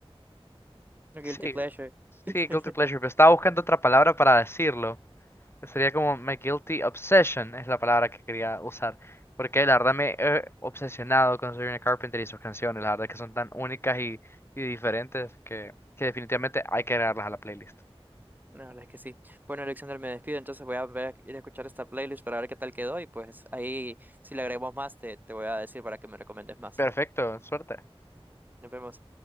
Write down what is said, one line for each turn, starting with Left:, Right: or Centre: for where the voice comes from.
Right: Guilty
Left: Sí,
Right: Pleasure. <laughs>
Left: sí, guilty pleasure. Pero estaba buscando otra palabra para decirlo. que Sería como my guilty obsession, es la palabra que quería usar. Porque la verdad me he obsesionado con Sabrina Carpenter y sus canciones. La verdad es que son tan únicas y, y diferentes que, que definitivamente hay que agregarlas a la playlist.
Right: La verdad es que sí. Bueno, Alexander, me despido, entonces voy a ver- ir a escuchar esta playlist para ver qué tal quedó y pues ahí si le agregamos más te, te voy a decir para que me recomiendes más.
Left: Perfecto, suerte.
Right: Nos vemos.